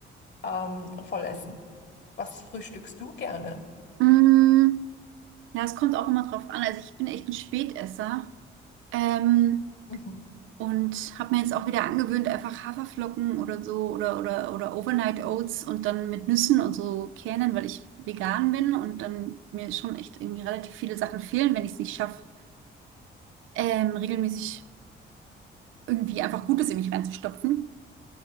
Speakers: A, on the left; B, on the right.
A: ähm, voll essen. Was frühstückst du gerne?
B: Mm. Ja, es kommt auch immer drauf an. Also ich bin echt ein Spätesser. Ähm,
A: Mhm.
B: und habe mir jetzt auch wieder angewöhnt, einfach Haferflocken oder so oder, oder, oder Overnight Oats und dann mit Nüssen und so Kernen, weil ich vegan bin und dann mir schon echt irgendwie relativ viele Sachen fehlen, wenn ich es nicht schaffe, ähm, regelmäßig irgendwie einfach Gutes in mich reinzustopfen.